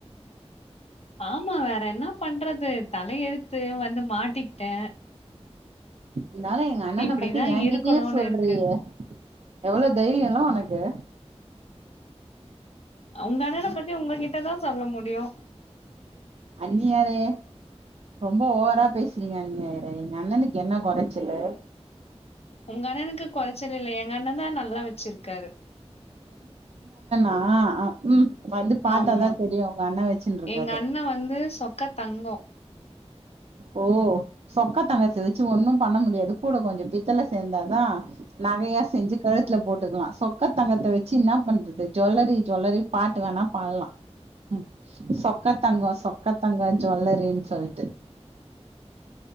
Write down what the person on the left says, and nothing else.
ஆமா வேற என்ன பண்றது தலைஎழுத்து வந்து மாட்டிக்கிட்டே
இப்டிதா
இருக்கணுனு
இருக்கு
உங்க அண்ணன பத்தி உங்ககிட்டதாசொல்ல முடியு டியு
உங்கண்ணனுக்கு குறைச்சல் இல்லயே எங்கண்ண தா நல்லா வச்சிருக்காரு
ஆமா
எங்க அண்ண வந்து சொக்க தங்கோ